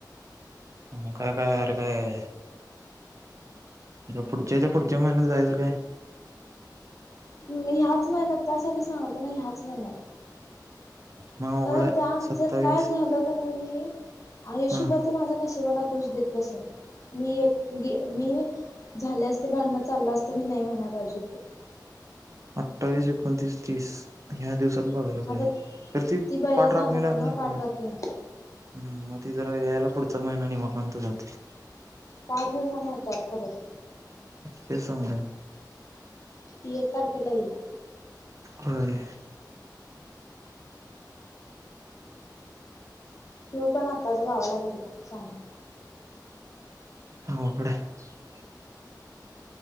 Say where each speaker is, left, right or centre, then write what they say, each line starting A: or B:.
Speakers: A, on the right; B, on the left.
A: म काय काय यार काय पुढच्याच्या पुढच्या महिन्यात जायचं काय?
B: मी ह्याच महिन्यात त्यासाठी सांगतो होतो ना ह्याच महिन्यात
A: मग अवघड
B: कारण
A: आहे
B: त्या
A: सत्तावीस
B: जर काय झालं क नाही मी आयुष्यभर
A: हा
B: ते माझ्या न ते मला दोष देत बसेलं मी एक मी झाल्यास भांडण चाललं असत मी नाही म्हणाय पाहिजे होतं.
A: अठ्ठावीस, एकोणतीस, तीस ह्या दिवस बघायला पाहिजे.
B: आता
A: कारण ती
B: बया
A: पाठराखणी
B: जाणार
A: लांब
B: आहे
A: झाली
B: पाठराखीण
A: ना. हं मग ती जरा यायला पुढचा महिना निवांत जाते.
B: पाच दिवसान येतात परत.
A: ते सांगाय
B: ती एक तारखेला येईल.
A: होय.
B: ह्यो पण आताच गावाला गेलाय शाना.
A: अवघड हाय.